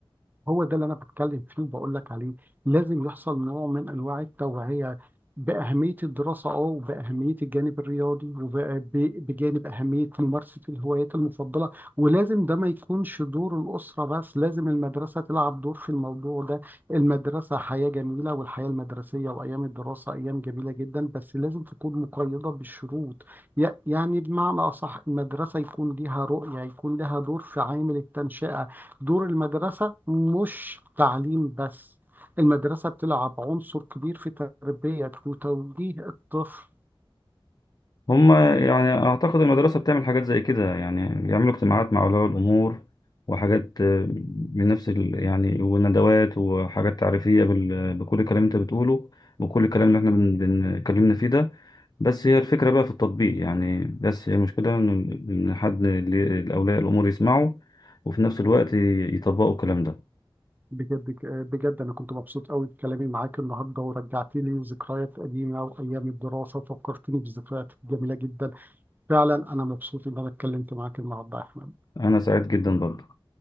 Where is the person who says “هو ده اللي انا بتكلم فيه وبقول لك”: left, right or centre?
Right